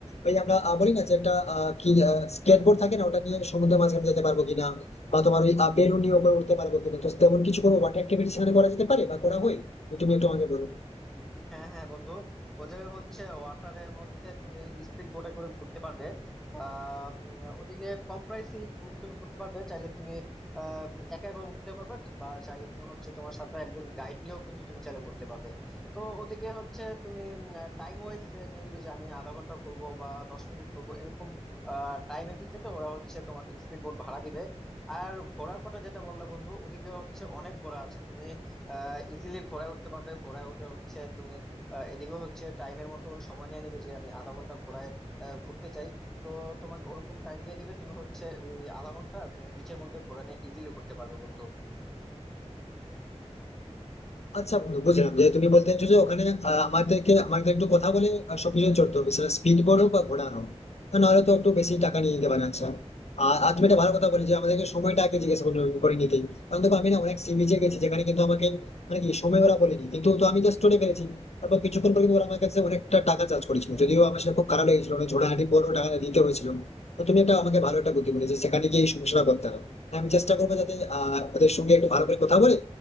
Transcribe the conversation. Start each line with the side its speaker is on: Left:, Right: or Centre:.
Left: ওই আমরা আহ, বলি না যে একটা আহ, কি স্কেটবোর্ড থাকে না ওটা নিয়ে সমুদ্রের মাঝখানে যেতে পারবো কিনা বা তোমার ওই বেলুন নিয়ে উপরে উঠতে পারবো কিনা তো তেমন কিছু কোনো ওয়াটার অ্যাক্টিভিটি সেখানে করা যেতে পারে বা করা হয় তো তুমি একটু আমাকে বলো
Centre: হ্যাঁ হ্যাঁ বন্ধু ও জায়গায় হচ্ছে ওয়াটারের মধ্যে তুমি স্পিড বোটে করে ঘুরতে পারবে আহ, উম, ওদিকে কম প্রাইসে তুমি ঘুরতে পারবে চাইলে তুমি আহ, একা একা ঘুরতে পারবে বা চাইলে তুমি হচ্ছে তোমার সাথে একজন গাইড নিয়েও কিন্তু তুমি চাইলে ঘুরতে পারবে তো ওদিকে হচ্ছে তুমি টাইম ওয়াইজ নিয়ে নিবে যে আমি আধা ঘন্টা ঘুরবো বা দশ মিনিট ঘুরবো এরকম টাইমের ভিত্তিতে ওরা হচ্ছে তোমাকে স্পিড বোট ভাড়া দিবে আর ঘোড়ার কথা যেটা বললে বন্ধু ওদিকে হচ্ছে অনেক ঘোড়া আছে তুমি ইজিলি ঘোড়ায় উঠতে পারবে ঘোড়ায় উঠে হচ্ছে তুমি আহ, এদিকেও হচ্ছে টাইমের মতো সময় নিয়ে নেবে যে আমি আধা ঘন্টা ঘোড়ায় আহ, ঘুরতে চাই তো তোমাকে ওরকম টাইম দিয়ে দিবে তুমি হচ্ছে ওই আধা ঘন্টা তুমি বিচের মধ্যে ঘোড়া নিয়ে ইজিলি ঘুরতে পারবে বন্ধু
Left: আচ্ছা বন্ধু বুঝলাম যে তুমি বলতে চাইছো যে ওখানে আহ, আমাদেরকে আমাদের একটু কথা বলে আহ, সবকিছু চড়তে হবে সেটা স্পিড বোর্ড হোক বা ঘোড়া হোক তা নাহলে তো একটু বেশি টাকা নিয়ে নিতে পারে আচ্ছা আর আর তুমি একটা ভালো কথা বলে যে আমাদেরকে সময়টা আগে জিজ্ঞেস করে করে নিতে কারণ দেখো আমি না অনেক সি বিচে গেছি যেখানে কিন্তু আমাকে মানে কি সময় ওরা বলেনি কিন্তু তো আমি জাস্ট চলে পেরেছি তারপর কিছুক্ষণ পর কিন্তু ওরা আমার কাছে অনেকটা টাকা চার্জ করেছিল যদিও আমার সেটা খুব খারাপ লেগেছিল অনেক ঝোড়াহাটি পর টাকা দিতে হয়েছিল তো তুমি একটা আমাকে ভালো একটা বুদ্ধি বলেছো সেখানে গিয়ে এই সমস্যাটা করতে হবে আমি চেষ্টা করবো যাতে আহ ওদের সঙ্গে একটু ভালো করে কথা বলে